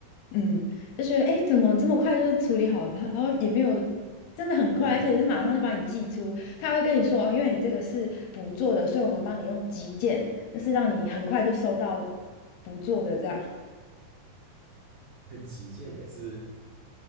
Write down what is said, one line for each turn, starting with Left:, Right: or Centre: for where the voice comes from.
Left: 嗯，就觉得哎，诶怎么这么快就处理好了？然后也没有真的很快，
Right: 的
Left: 而且是马上就把你寄出，他还会跟你说哦，因为你这个是补做的，所以我们帮你用急件，就是让你很快就收到补做的这样。
Right: 旗舰也是